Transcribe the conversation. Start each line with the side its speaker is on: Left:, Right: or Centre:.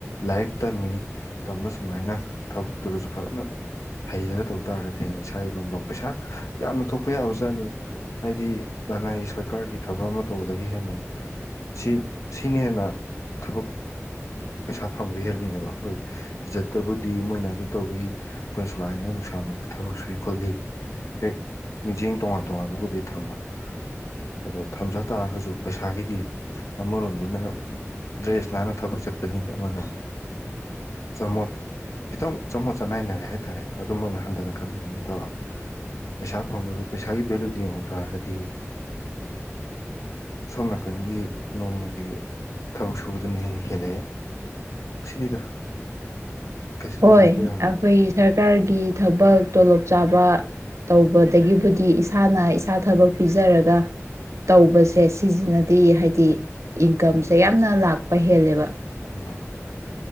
Left: ꯂꯥꯏꯔꯤꯛ ꯇꯝꯃꯤ ꯇꯝꯕ ꯁꯨꯃꯥꯏꯅ ꯊꯕꯛꯇꯨꯗꯁꯨ ꯐꯖꯅ ꯍꯩꯔꯒ ꯇꯧ ꯇꯥꯔꯒꯗꯤ ꯍꯌꯦꯡ ꯏꯁꯥ ꯏꯔꯣꯝꯗꯣꯝ ꯄꯩꯁꯥ ꯌꯥꯝꯅ ꯊꯣꯛꯄ ꯌꯥꯕ ꯖꯥꯠꯅꯤ ꯍꯥꯏꯗꯤ ꯂꯅꯥꯏ ꯁꯔꯀꯥꯔꯒꯤ ꯊꯕꯛ ꯑꯃ ꯇꯧꯕꯗꯒꯤ ꯍꯦꯟꯅ ꯁꯤꯅ ꯍꯦꯟꯅ ꯊꯕꯛ ꯄꯩꯁꯥ ꯐꯪꯕ ꯍꯦꯜꯂꯤꯅꯦꯕ ꯍꯣꯏ ꯏꯖꯠꯇꯕꯨꯗꯤ ꯃꯣꯏꯅ ꯑꯗꯨ ꯇꯧꯋꯤ ꯑꯩꯈꯣꯏꯅ ꯁꯨꯃꯥꯏꯅ ꯅꯨꯡꯁꯥ ꯃꯔꯛꯇ ꯊꯕꯛ ꯁꯨꯏ ꯈꯣꯠꯂꯤ ꯍꯦꯛ ꯃꯤꯠꯌꯦꯡ ꯇꯣꯉꯥꯟꯕ ꯇꯣꯉꯥꯟꯕꯕꯨꯗꯤ ꯊꯝꯕ ꯑꯗꯣ ꯊꯝꯖ ꯇꯥꯔꯒꯁꯨ ꯄꯩꯁꯥꯒꯤꯗꯤ ꯑꯃꯔꯣꯝꯗꯅ ꯗ꯭ꯔꯦꯁ ꯅꯥꯟꯅ ꯊꯕꯛ ꯆꯠꯄꯅꯤ ꯑꯃꯅ ꯆꯃꯣꯠ ꯈꯤꯇꯪ ꯆꯃꯣꯠ ꯆꯅꯥꯏꯅꯔꯦ ꯍꯥꯏꯇꯥꯔꯦ ꯑꯗꯨꯃꯛꯅ ꯍꯟꯊꯅ ꯈꯟꯕꯤꯗ ꯅꯠꯇꯕ ꯄꯩꯁꯥ ꯐꯪꯕꯗ ꯄꯩꯁꯥꯒꯤ ꯚꯦꯂꯨꯗꯨ ꯌꯦꯡꯍꯧ ꯇꯥꯔꯒꯗꯤ ꯁꯣꯝ ꯅꯥꯀꯟꯒꯤ ꯅꯣꯡꯃꯒꯤ ꯊꯕꯛ ꯁꯨꯕꯗ ꯅꯅ ꯍꯦꯜꯂꯛꯑꯦ ꯁꯤꯅꯤꯗ ꯀꯩꯁꯨ
Right: ꯍꯣꯏ
Left: ꯊꯣꯏꯗꯣꯛꯄ ꯌꯥꯝ
Right: ꯑꯩꯈꯣꯏ ꯁꯔꯀꯥꯔꯒꯤ ꯊꯕꯛ ꯇꯣꯂꯣꯞ ꯆꯥꯕ ꯇꯧꯕ ꯇꯗꯒꯤꯕꯨꯗꯤ ꯏꯁꯥꯅ ꯏꯁꯥ ꯊꯕꯛ ꯄꯤꯖꯔꯒ ꯇꯧꯕꯁꯦ ꯁꯤꯁꯤꯅꯗꯤ ꯍꯥꯏꯗꯤ ꯏꯟꯀꯝꯁꯦ ꯌꯥꯝꯅ ꯂꯥꯛꯄ ꯍꯦꯜꯂꯦꯕ
Left: ꯑꯣ